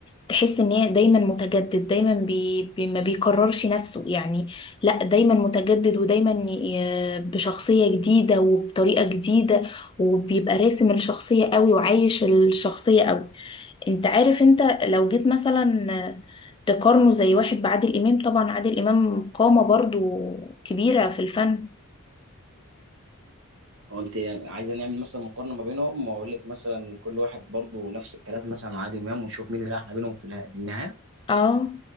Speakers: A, on the left; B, on the right.
A: تحس ان هي دايما متجدد دايما بي بي ما بيكررش نفسه يعني لا دايما متجدد ودايما ي- بشخصية جديدة وبطريقة جديدة وبيبقى راسم الشخصية قوي وعايش الشخصية قوي انت عارف انت لو جيت مثلا تقارنه زي واحد بعادل امام طبعا عادل امام قامة برضو كبيرة في الفن
B: او انت عايزه نعمل مثلا مقارنه ما بينهم واقول لك مثلا كل واحد برضه نفس الكلام مثلا مع عادل امام ونشوف مين اللي احلى بينهم في اله- في النهايه
A: اه